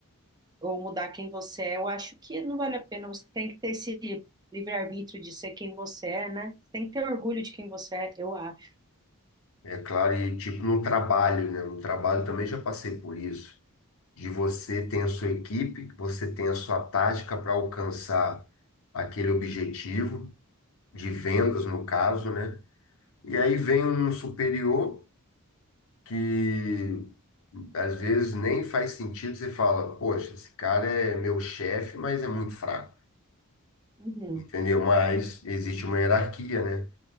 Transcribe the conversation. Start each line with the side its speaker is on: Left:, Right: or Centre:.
Right: ou mudar quem você é, eu acho que não vale a pena. Você tem que ter esse livre-arbítrio de ser quem você é, né? Você tem que ter orgulho de quem você é, eu acho.
Left: É claro, e tipo no trabalho, né? No trabalho também já passei por isso. De você tem a sua equipe, você tem a sua tática para alcançar aquele objetivo de vendas, no caso, né? E aí vem um superior que às vezes nem faz sentido, você fala, poxa, esse cara é meu chefe, mas é muito fraco,
Right: Uhum,
Left: entendeu? Mas existe uma hierarquia, né?